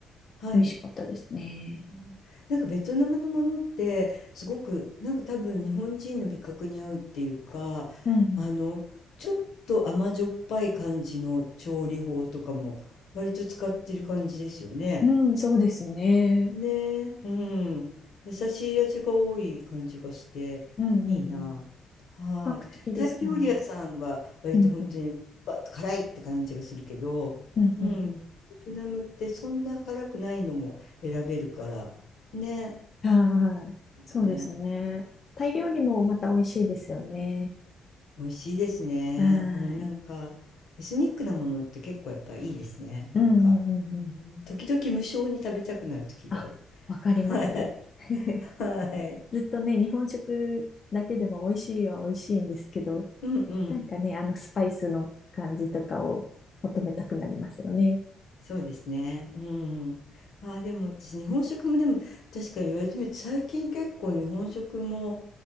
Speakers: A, on the left; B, on the left.
A: はい。
B: 美味しかったですね。
A: うん、なんかベトナムのものってすごくなんか多分日本人の味覚に合うっていうか、
B: うん
A: あのちょっと甘じょっぱい感じの調理法とかも割と使ってる感じですよね。
B: うん。うん、そうですね。
A: ねえ、うん。優しい味が多い感じがして、
B: うんうんうん。
A: いいな。
B: 比
A: はい。
B: 較的ですね。
A: タイ料理屋さんは割と本当にバッと辛いって感じがするけど、
B: うんうん。うんうんうん。
A: うん。ベトナムってそんな辛くないのも選べるから、ね。
B: はいはい。そうですね。
A: ね。
B: タイ料理もまた美味しいですよね。
A: 美味しいですね。
B: はい。
A: うん、なんか、エスニックなものって結構やっぱいいですね。
B: うんうんうんうん。
A: なんか、うん時々無性に食べたくなる時がある。
B: あ、わかります。
A: <laughs> はい。
B: <laughs>
A: はい。
B: ずっとね、日本食だけでも美味しいは美味しいんですけど、
A: うんうん。
B: なんかね、あのスパイスの感じとかを求めたくなりますよね。
A: そうですね。うん。ああ、でも私、日本食もでも、確かに言われてみると、最近結構日本食も、